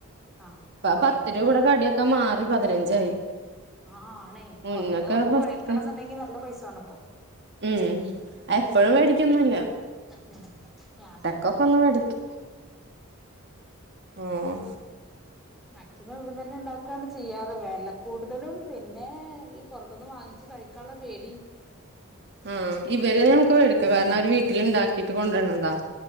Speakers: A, in the centre; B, on the right.
A: ആഹ് അപ്പൊ
B: പത്ത്
A: വാങ്ങിക്കൂല്ലേ
B: രൂപ കൂടെ കടിയൊക്കെ മാറി പതിനഞ്ചായി
A: ആഹ് ആണെ
B: മുന്നൊക്കെ
A: പൊറത്തു നിന്ന് നോക്ക
B: പത്ത്
A: പണിക്കടന്നുണ്ടെങ്കി നല്ല പൈസ വേണിപ്പൊ
B: ഉം എപ്പഴും മേടിക്കൊന്നില്ല.
A: ഉം ഞാന്
B: ഒക്ക ഫുള്ള് മേടിക്ക് ഉം.
A: മാക്സിമം ഇവിടെ തന്നെ ഉണ്ടാക്കുകയാണ് ചെയ്യാറ് വെല കൂടുതലും പിന്നെ ഈ പുറത്തുനിന്ന് വാങ്ങിച്ച് കഴിക്ക ത്തള പേടിം.
B: ഉം. ഇവരെ നമുക്ക് മേടിക്കാം കാരണം അവര് വീട്ടിൽ ഇണ്ടാക്കിട്ട് കൊണ്ടുവരണതാ